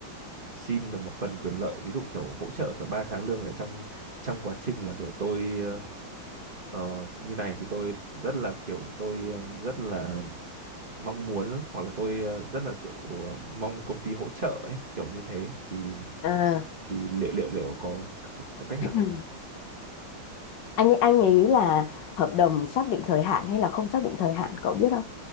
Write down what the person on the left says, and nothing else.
à.
<clears throat>
anh anh nghĩ là hợp đồng xác định thời hạn hay là không xác định thời hạn cậu biết không